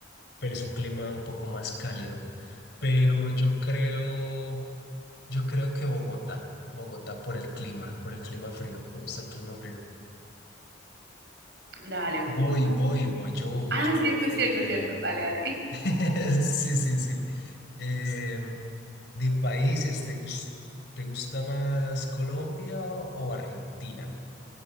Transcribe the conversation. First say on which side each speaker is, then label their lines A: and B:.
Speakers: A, on the left (about 60°); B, on the right (about 60°).
A: Pero es un clima un poco más cálido. Pero yo creo, yo creo que Bogotá, Bogotá por el clima, por el clima frío, me gusta el clima frío.
B: Dale,
A: Voy,
B: Bogotá.
A: voy, voy yo, voy
B: Ah,
A: yo.
B: es cierto, es
A: Eh,
B: cierto, es cierto. Dale, dale.
A: <laughs> Sí, sí, sí. Em, de países, ¿te gus- te gusta más Colombia o Argentina?